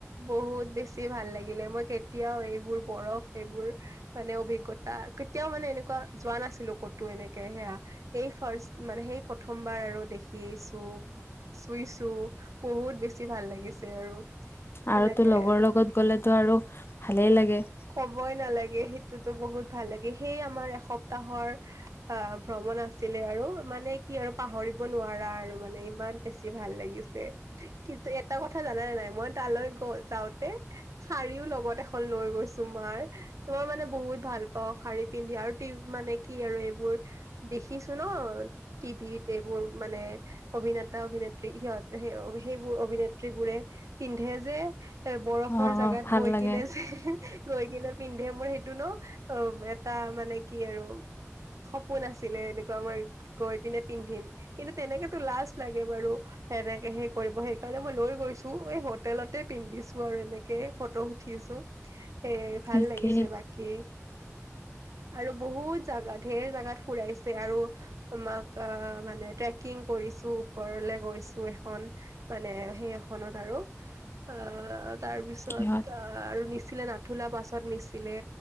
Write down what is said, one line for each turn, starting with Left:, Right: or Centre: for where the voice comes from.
Right: বহুত বেছি ভাল লাগিলে মই কেতিয়াও এইবোৰ বৰফ এইবোৰ মানে অভিজ্ঞতা কেতিয়াও মানে এনেকুৱা যোৱা নাছিলোঁ ক'তো এনেকে সেয়া সেই ফাৰ্স্ট মানে সেই প্ৰথমবাৰ আৰু দেখিছোঁ, চুইছোঁ বহুত বেছি ভাল লাগিছে আৰু। সেনেকে
Left: আৰু তো লগৰ লগত গ'লেতো আৰু ভালেই লাগে।
Right: ক'বই নালাগে সেইটোতো বহুত ভাল লাগে সেইয়ে আমাৰ এসপ্তাহৰ অ, ভ্ৰমণ আছিলে আৰু মানে কি আৰু পাহৰিব নোৱাৰা আৰু মানে ইমান বেছি ভাল লাগিছে কিন্তু এটা কথা জানানে নাই মই তালৈ গ যাওঁতে শাৰীও লগত এখন লৈ গৈছে তোমাৰ তোমাৰ মানে বহুত ভাল পাওঁ শাৰী পিন্ধি আৰু <inaudible> মানে কি আৰু এইবোৰ দেখিছো ন, টিভিত এইবোৰ মানে অভিনেতা অভিনে সিহঁত <unintelligible> সেইবোৰ অভিনেত্ৰীবোৰে পিন্ধে যে এ বৰফৰ
Left: অ
Right: জেগাত
Left: ভাল
Right: গৈ
Left: লাগে
Right: কিনে যে গৈ কিনে পিন্ধে মোৰ সেইটো ন, অ', এটা মানে কি আৰু। সপোন আছিলে এনেকুৱা, মই গৈ পিনে পিন্ধিম, কিন্তু তেনেকেতো লাজ লাগে বাৰু। সেনেকে সেই কৰিব, সেইকাৰণে মই লৈ গৈছোঁ, এই হোটেলতেই পিন্ধিছোঁ আৰু, এনেকেই ফটো উঠিছোঁ।
Left: <unintelligible>
Right: সেই ভাল
Left: ঠিকেই
Right: লাগিছে বাকী আৰু বহুত জাগাত ধেৰ জাগাত ফুৰাইছে আৰু আমাক অ', মানে ট্ৰেকিং কৰিছোঁ, ওপৰলৈ গৈছোঁ। <unintelligible> এখন মানে সেই এখনত আৰু। অ', তাৰ পিছত
Left: কিহত
Right: আৰু নিছিলে নাথুলা পাছত নিছিলে।